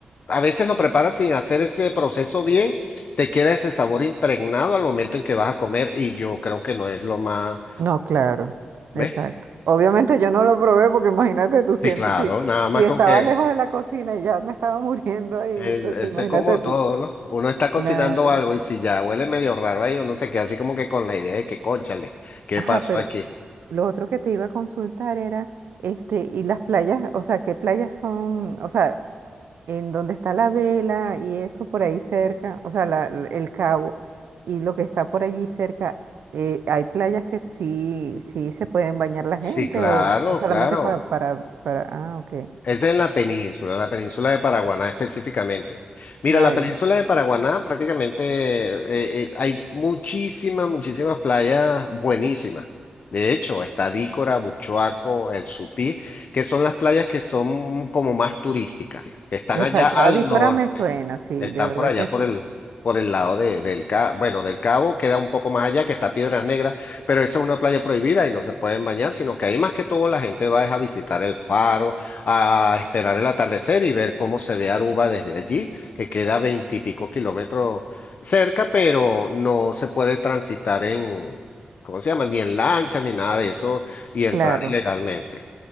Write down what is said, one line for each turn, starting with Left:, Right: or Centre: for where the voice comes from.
Left: a veces lo preparas sin hacer ese proceso bien, te queda ese sabor impregnado al momento en que vas a comer y yo creo que no es lo más,
Right: No, claro,
Left: ¿ves?
Right: exacto. Obviamente yo no lo probé porque imagínate tú, si,
Left: Sí,
Right: en-
Left: claro,
Right: si,
Left: nada más
Right: si estaba
Left: con que
Right: lejos de la cocina y ya me estaba <laughs> muriendo ahí,
Left: Es,
Right: muchacho,
Left: es
Right: imagínate
Left: es como
Right: tú.
Left: todo, ¿no? Uno está cocinando
Right: Claro.
Left: algo y si ya huele medio raro ahí, uno se queda así como que con la idea de que, cónchale, ¿qué
Right: Ajá,
Left: pasó
Right: pero
Left: aquí?
Right: lo otro que te iba a consultar era, este, y las playas, o sea, ¿qué playas son? O sea, en donde está la vela y eso por ahí cerca, o sea, la- la- el cabo y lo que está por allí cerca, eh, hay playas que sí, sí se pueden bañar la
Left: Sí,
Right: gente
Left: claro,
Right: o, o solamente
Left: claro.
Right: para, para, para, ah, ok,
Left: Es en la península, la península de Paraguaná específicamente. Mira,
Right: ah,
Left: la península
Right: ya,
Left: de Paraguaná prácticamente eh, eh, hay muchísimas, muchísimas playas buenísimas. De hecho, está Dícora, Buchoaco, El Supí, que son las playas que son como más turísticas, que están
Right: exacto,
Left: allá al
Right: Adícora
Left: norte.
Right: me suena, sí,
Left: Están
Right: de verdad
Left: por allá,
Right: que
Left: por
Right: sí,
Left: el, por el lado de- del Cabo, bueno, del Cabo, queda un poco más allá, que está Piedras Negras, pero esa es una playa prohibida y no se pueden bañar, sino que ahí más que todo la gente va es a visitar el faro, a esperar el atardecer y ver cómo se ve Aruba desde allí, que queda veintipico kilómetros cerca, pero no se puede transitar en, ¿cómo se llama? Ni en lanchas ni nada de eso y entrar
Right: claro.
Left: ilegalmente.